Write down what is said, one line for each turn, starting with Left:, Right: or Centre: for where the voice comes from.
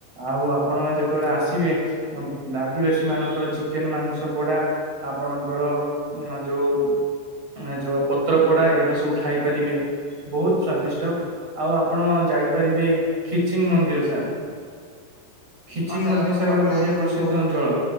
Right: ଆଉ ଆପଣ ଯେତେବେଳେ ଆସିବେ ଉ ଆଦିବାସୀ ମାନଙ୍କର ଚିକେନ୍ ମାଂସ ପୋଡା। ଆପଣଙ୍କର ଯୋଉ ଏ ଯଉ ପତ୍ର ପୋଡା ଏଗୁଡା ସବୁ ଖାଇପାରିବେ ବହୁତ ସ୍ଵାଦିଷ୍ଟ। ଆଉ ଆପଣ ଯାଇପାରିବେ ଖିଚିଙ୍ଗ ମନ୍ଦିର ସାର୍। ଖିଚିଂ
Left: ହଁ
Right: ମଧ୍ୟ
Left: ଆପଣ
Right: ସାର୍
Left: ସବୁବେଳେ
Right: ଗୋଟେ ବଢିଆ
Left: ଶୁଣ
Right: ପ୍ରସିଦ୍ଧ
Left: କହୁଛନ୍ତି।
Right: ଅଞ୍ଚଳ।